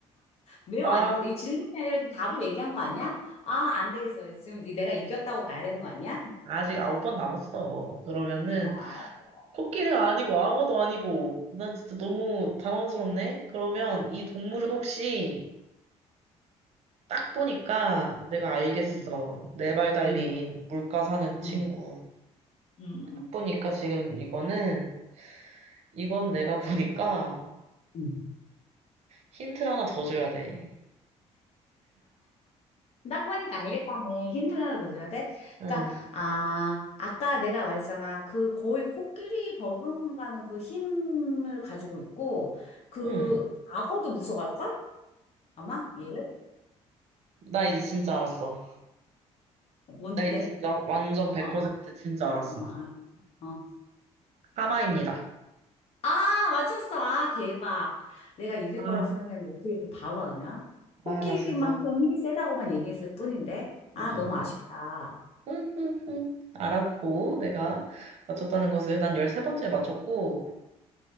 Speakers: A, on the left (about 60°); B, on the right (about 60°).
A: 매우
B: 아,
A: 아닙니다. 이 질문이 아니라 좀 답을 얘기한 거 아니야? 아, 안 되겠어. 지금 이- 내가 이겼다고 봐야 되는 거 아니야? <laughs>
B: 아직 아홉 번 남았어. 그러면은
A: 어, 알았어.
B: 코끼리가 아니고 아무도 아니고 나 진짜 너무 당황스럽네. 그러면 이 동물은 혹시 딱 보니까 내가 알겠어.
A: 음,
B: 네발 달린
A: 음,
B: 물가 사는 친구.
A: 음, 음,
B: 딱
A: 음.
B: 보니까 지금 이거는, 이건 내가 보니까
A: 음.
B: 힌트를 하나 더 줘야 돼.
A: 딱 보니까 알겠다네. 힌트를 하나 더 줘야 돼?
B: 응,
A: 그러니까, 아, 아까 내가 말했잖아. 그 거의 코끼리 버금가는 그 힘을 가지고 있고, 그
B: 응.
A: 악어도 무서워할걸? 아마? 얘를?
B: 나 이제 진짜 알았어.
A: 뭔데?
B: 나 이제 진짜 완전 100%
A: 어,
B: 진짜 알았음.
A: 어, 어. 어.
B: 하마입니다.
A: 아, 맞췄어. 아, 대박. 내가 이길
B: 아,
A: 거라고 생각했는데 어떻게 이렇게 바로 하냐? 코끼리만큼
B: 아, 나 진짜.
A: 힘이 세다고만 얘기했을 뿐인데. 아,
B: 응.
A: 너무 아쉽다.
B: 응, 응, 응. 알았고, 내가 맞췄다는 것을 난 13번째에 맞췄고,